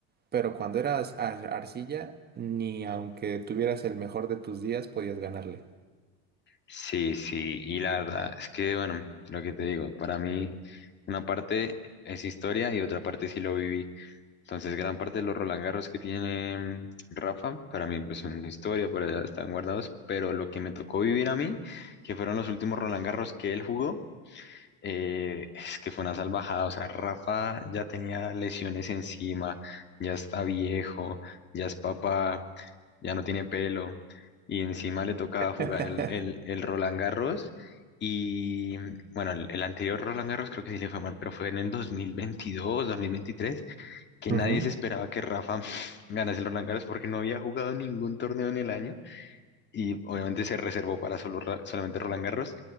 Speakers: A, on the right (about 35°); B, on the left (about 35°).
A: pero cuando eras ar- arcilla, ni aunque tuvieras el mejor de tus días, podías ganarle.
B: Sí, sí, y la verdad es que, bueno, lo que te digo, para mí una parte es historia y otra parte sí lo viví. Entonces, gran parte de los Roland Garros que tiene Rafa, para mí pues son historia, por allá están guardados, pero lo que me tocó vivir a mí, que fueron los últimos Roland Garros que él jugó, eh, es que fue una salvajada, o sea, Rafa ya tenía lesiones encima, ya está viejo, ya es papá, ya no tiene pelo. Y encima le toca
A: <laughs>
B: jugar el, el, el Roland Garros. Y bueno, el, el anterior Roland Garros creo que sí le fue mal, pero fue en el dos dos mil veintidós dos mil veintitrés que
A: Ujú.
B: nadie se esperaba que Rafa <laughs> ganase el Roland Garros porque no había jugado ningún torneo en el año. Y obviamente se reservó para solo, Ra- solamente Roland Garros.